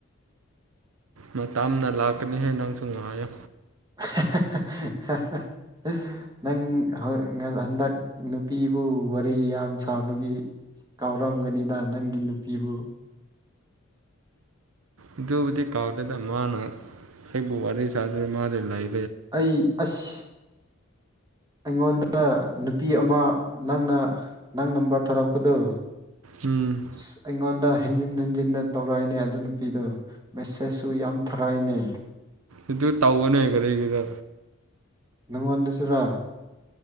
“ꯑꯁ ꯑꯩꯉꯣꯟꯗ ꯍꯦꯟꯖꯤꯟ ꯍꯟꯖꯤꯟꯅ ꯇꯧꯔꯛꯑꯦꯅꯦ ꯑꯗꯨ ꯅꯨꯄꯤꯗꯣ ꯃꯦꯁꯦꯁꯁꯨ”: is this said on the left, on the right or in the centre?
Right